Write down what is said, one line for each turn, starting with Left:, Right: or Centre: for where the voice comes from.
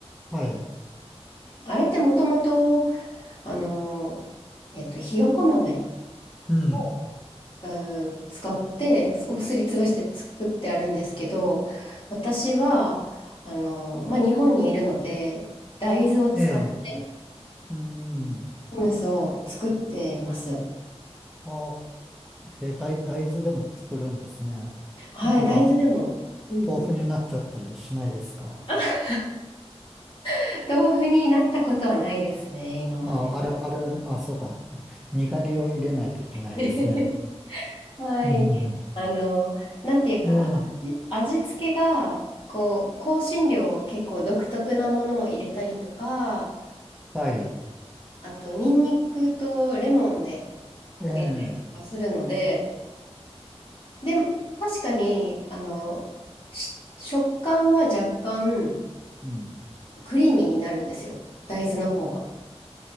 Centre: はい。
Left: あれってもともと、あの、えっと、ひよこ豆
Centre: うん。
Left: をえー使って、すをすりつぶして作ってあるんですけど、私は、あの、まあ、日本にいるので、大豆を使って
Centre: ええ。うん。
Left: フムスを作ってます。
Centre: あ、え、大、大豆でも作るんですね。
Left: はい、
Centre: なんか、
Left: 大豆でも。うんうん。
Centre: 豆腐になっちゃったりしないですか。
Left: あ <laughs> 豆腐になったことはないですね、今まで。
Centre: あ、あれ、あれは、あ、そうか。にがりを入れないといけないんですね。
Left: <laughs> はい。
Centre: うん。
Left: あの、なんていうか、
Centre: ええ、
Left: 味、味付けが、こう、香辛料を結構独特なものを入れたりとか、
Centre: はい。
Left: あと、ニンニクとレモンで、を入れたりとかするので、
Centre: ええ、
Left: で、確かに、あの、し食感は若干
Centre: うん、
Left: クリーミーになるんですよ。大豆の方が。